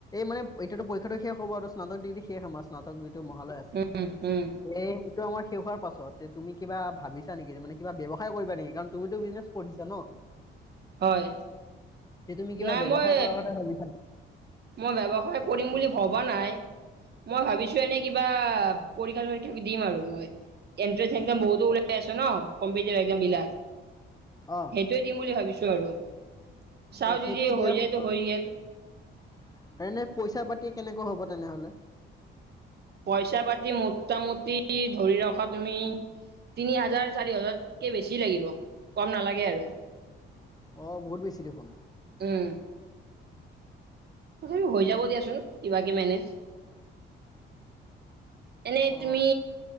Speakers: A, on the left (about 20°); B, on the right (about 55°).
A: মানে এতিয়াত পৰীক্ষাটো শেষ হ'ব আৰু স্নাতক ডিগ্ৰী শেষ আমাৰ স্নাতক মহালয় আছে
B: উম উম
A: এইটো আমাৰ শেষ হোৱাৰ পাছত তুমি কিবা ভাবিছা? চা নেকি মানে কিবা ব্যৱসায় কৰিবা নেকি কাৰণ তুমিতো বিজনেছ পঢ়িছা ন।
B: হয়।
A: তে তুমি কিবা
B: নাই
A: ব্যৱসায়
B: মই
A: কৰাৰ কথা ভাবিছা নেকি
B: মই ব্যৱসায় কৰিম বুলি ভব বা নাই মই ভাবিছো এনে কিবা পৰীক্ষা চৰীক্ষা দিম আৰু মই। এণ্ট্ৰে এক বহুতো ওলাই আছো ন কম্পিভ এক বিলাক
A: অ
B: সেইটোৱে দিম বুলি ভাবিছো আৰু। চাও
A: ত সেইটো
B: যদি
A: দিয়াৰ
B: হৈ যায়তো
A: সময়ত
B: হৈ গ'ল
A: এনে পইচা পাতি কেনেকা? হ'ব তেনেহ'লে।
B: পইচা পাতি মোটামুটি ধৰি ৰখা তুমি তিনি হাজাৰ চাৰি হাজাৰতকৈ বেছি লাগিব কম নালাগে আৰু।
A: আহ বহুত বেছি দেখোন।
B: উম তথাপি হৈ যাব দিয়াচোন কিবা কি মেনেজ এনেই তুমি
A: অ